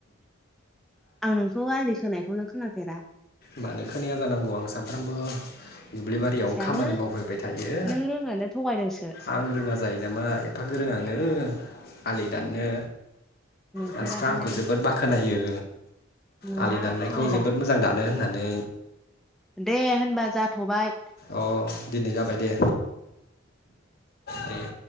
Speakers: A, in the centre; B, on the left.
A: आं नोंखौ आलि खोनाय- खौनो खोनाफेरा
B: मानो खोनाया जानांगौ आं सानफ्रामबो दुब्लिबारियावनो
A: सियानो
B: खामानि मावफैबाय थायो
A: नों रोंनानै थगायदोंसो
B: आं रोङा जायो नामा एफा गोरोङा- नो आलि
A: उम
B: दाननो
A: नुफेराखैनो
B: मानसिफ्रा आंखौ
A: आं
B: जोबोद बाखनायो
A: नङा
B: आलि दाननायखौ
A: थगायदों
B: जोबोद मोजां दा- नो होननानै
A: दे होनबा जाथ'बाय
B: अ दिनै जाबाय दे दे